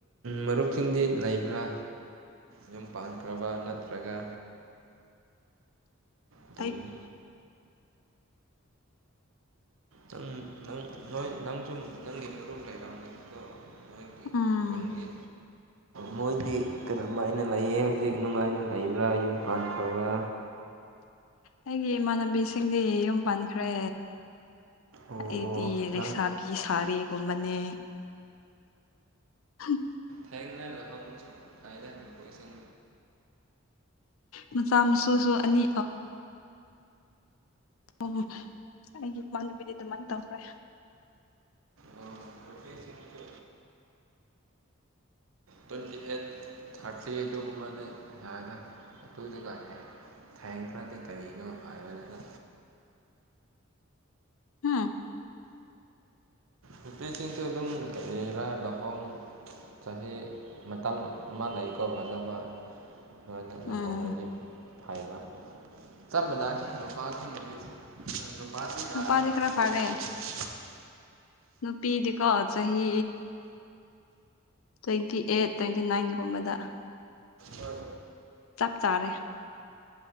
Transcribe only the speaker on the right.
ꯃꯔꯨꯞꯁꯤꯡꯗꯤ ꯂꯩꯕ꯭ꯔꯥ ꯌꯨꯝ ꯄꯥꯟꯈ꯭ꯔꯕ ꯅꯠꯇ꯭ꯔꯒ ꯑꯗꯨꯨꯝ
ꯅꯪ ꯅꯪ ꯅꯣꯏ ꯅꯪꯁꯨ ꯅꯪꯒꯤ ꯃꯔꯨꯝ ꯂꯩꯔꯝꯒꯗꯣ ꯑꯩꯈꯣꯏꯒꯤ
ꯈꯨꯟꯒꯤ
ꯃꯣꯏꯗꯤ ꯀꯔꯝ ꯍꯥꯏꯅ ꯂꯩꯌꯦ ꯍꯧꯖꯤꯛ ꯅꯨꯡꯉꯥꯏꯅ ꯂꯩꯕ꯭ꯔꯥ ꯌꯨꯝ ꯄꯥꯟꯈ꯭ꯔꯕ꯭ꯔꯥ
ꯑꯣ
ꯅꯪ
ꯊꯦꯡꯅꯔ ꯍꯪꯕꯁꯨ ꯍꯥꯏꯗꯅ ꯄꯣꯁꯤꯡ
ꯑꯣ ꯔꯨꯄꯤꯁꯤꯡ ꯇꯨ ꯇ꯭ꯋꯦꯟꯇꯤ ꯑꯩꯠ ꯊꯥꯔꯇꯤ ꯑꯗꯨꯒꯨꯝꯕꯅ ꯌꯥꯅ ꯑꯗꯨꯏꯗꯒ ꯍꯥꯏ ꯊꯌꯦꯡ ꯈꯔꯗꯤ ꯀꯔꯤꯅꯣ ꯍꯥꯏꯕꯅꯤꯅ
ꯅꯨꯄꯤꯁꯤꯡꯁꯨ ꯑꯗꯨꯝ ꯀꯛꯑꯦꯔꯥ ꯂꯨꯍꯣꯡ ꯆꯍꯤ ꯃꯇꯝ ꯑꯃ ꯂꯩꯀꯣ ꯐꯖꯕ ꯅꯉꯅ ꯂꯨꯍꯣꯡꯉꯗꯤ
ꯐꯩꯕ ꯆꯞ ꯃꯥꯟꯅꯏꯅ ꯅꯨꯄꯥꯁꯤꯡ ꯅꯨꯄꯤꯁꯤ ꯅꯨꯄꯥꯁꯤ ꯌꯥꯗ
ꯂꯩ
ꯍꯣꯏ